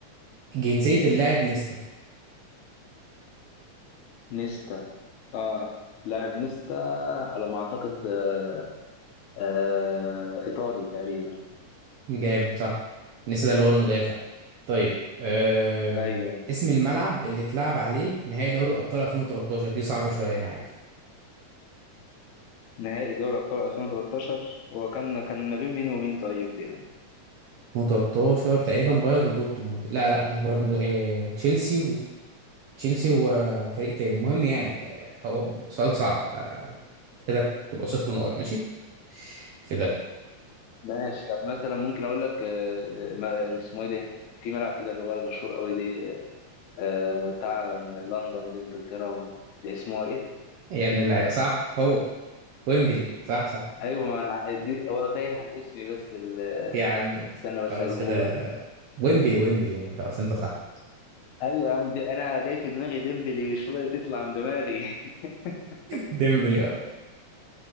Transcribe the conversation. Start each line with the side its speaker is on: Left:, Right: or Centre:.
Right: جنسية اللاعب نيستا
Left: نيستا اه لاعب نيستا على ما اعتقد آه آه، ايطالي تقريبا
Right: جامد صح نسي ده اللي هو المدافع طيب أم...
Left: ايوه
Right: اسم الملعب اللي اتلعب عليه نهائي دوري الأبطال 2013 دي صعبة شوية أنا عارف
Left: نهائي دوري أبطال 2013 هو كان كان ما بين مين ومين طيب يعني
Right: 2013 تقريبا بايرن ودورتموند لا لا مش بايرن آه... تشيلسي و... تشيلسي وفريق تاني المهم يعني آه، هو سؤال صعب آه... كده تبقى صفر نقط ماشي في ده
Left: ماشي طب مثلا ممكن أقول لك آه، ما- اسمه إيه ده في ملعب كده اللي هو المشهور قوي ده آه، بتاع لندن دي إنجلترا و- ده اسمه إيه؟
Right: إيه يا ابن اللعيبة صح هو ويمبلي صح صح
Left: أيوه ما أنا ع- دي- هو تايه عن اسمي بس ال-
Right: يا عم
Left: استنى بس
Right: خلاص
Left: هجيبه
Right: كده
Left: لك
Right: ويمبلي ويمبلي ويمبلي خلاص انت صح
Left: أيوه يا عم دي أنا جاي في دماغي ديمبلي مش راضي تطلع من دماغي <laughs>
Right: <laughs> ديمبلي آه.